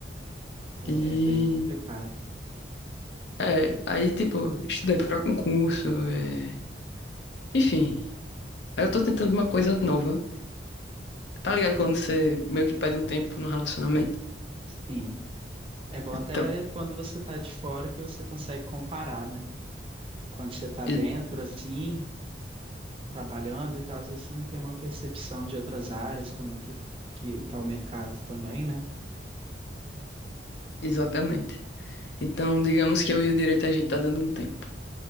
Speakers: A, on the right; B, on the left.
A: é,
B: E
A: é bem complicado.
B: é, aí tipo, estudei pra concurso, é... enfim. Aí eu tô tentando uma coisa nova. Tá ligado quando você meio que perde um tempo no relacionamento?
A: Sim, é bom
B: Então,
A: até quando você tá de fora que você consegue comparar, né? Quando você tá
B: e-
A: dentro, assim, trabalhando e tal, às vezes você não tem uma percepção de outras áreas, como é que, que tá o mercado também, né?
B: exatamente. Então, digamos que eu e o direito a gente tá dando um tempo.